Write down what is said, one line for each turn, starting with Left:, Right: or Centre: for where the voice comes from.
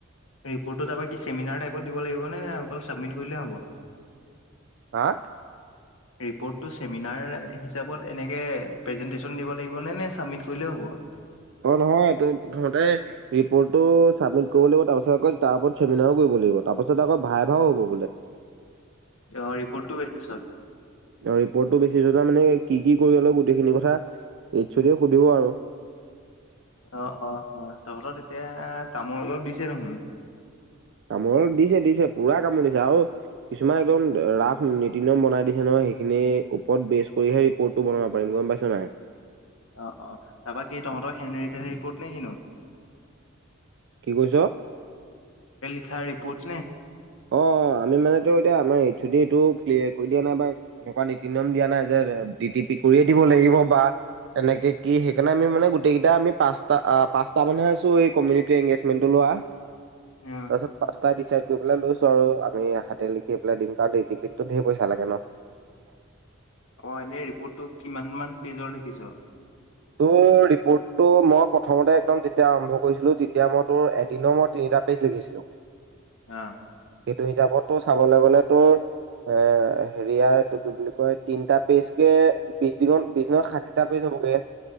Left: ৰিপৰ্টটো তাৰমানে কি চেমিনাৰ টাইপত দিব লাগিব নে, নে অকল ছাবমিট কৰিলেই হ'ব?
Right: হা?
Left: ৰিপ্ৰটটো চেমিনাৰ হিচাপত এনেকে প্ৰেজেণ্টেছন দিব লাগিব নে চাবমিট কৰিলেও হব? হ'ব?
Right: অ', নহয় তই প্ৰথমতে ৰিপৰ্টটো চাবমিট কৰিব লাগিব, তাৰপিছত আকৌ তাৰ ওপৰত চেমিনাৰও কৰিব লাগিব। তাৰ পাছত আকৌ ভাইভা হ'ব বোলে।
Left: অ', ৰিপৰ্টটো লেখিছ।
Right: আৰু ৰিপৰ্টটো বেছি মানে কি কি কৰিব লাগিব গোটেইখিনি কথা এইছ ও দি য়ে সুধিব আৰু।
Left: অ', অ', অ', তহঁতৰ তেতিয়া কামোৰ অলপ দিছে দেখুন।
Right: কামোৰ অলপ দিছে দিছে পুৰা কামোৰ দিছে আৰু কিছুমান একদম ৰাফ নীতি-নিয়ম বনাই দিছে নহয়। সেইখিনি ওপৰত বেচ কৰিহে ৰিপৰ্টটো বনাব পাৰিম গম পাইছা নে নাই।
Left: অ', অ', তাৰপা কি তহঁতৰ হেণ্ডৰিত্তেণ ৰিপৰ্ট নে কিনো?
Right: কি কৈছ?
Left: সেয়া ৰিপোৰ্টচ নে?
Right: অ, অ, আমি মানে তোৰ এতিয়া, আমাৰ এইছ অ' দি য়েটো ক্লেয়াৰ কৰি দিয়া নাই বা এনেকুৱা নীতি-নিয়ম দিয়া নাই যে ডি টি পি কৰি দিব লাগিব বা এনেকে কি সেইকাৰণে আমি মানে গোটেইকেইটা আমি পাঁচটা, পাঁচটা মান আছো, এই কমিউনিতি এংগেজমেন্তটোৰ লগত।
Left: অ
Right: পা- তাৰপিছত পাঁচটাই দিচাইড কৰি পেলাই লৈছো। আৰু আমি হাতে লিখি পেলাই দিম, কাৰণ ডি টি পিটো ধেৰ পইচা লাগে ন।
Left: অ', এনেই ৰিপৰ্টটো কিমান মান পেজৰ লিখিছ?
Right: তোৰ ৰিপৰ্টটো মই প্ৰথমতে একদম যেতিয়া আৰম্ভ কৰিছিলো তেতিয়া মই তোৰ এদিনৰ মই তিনি টা পেজ লিখিছিলো।
Left: অহ।
Right: সেইটো হিচাপত তোৰ চাবলৈ গ'লে তোৰ- এ হেৰিয়াৰ এইটো কি বুলি কয় তিনটা পেজ কে বিশ দিনত, বিশ দিনৰ ষাঠিটা পেজ হব। ব গে।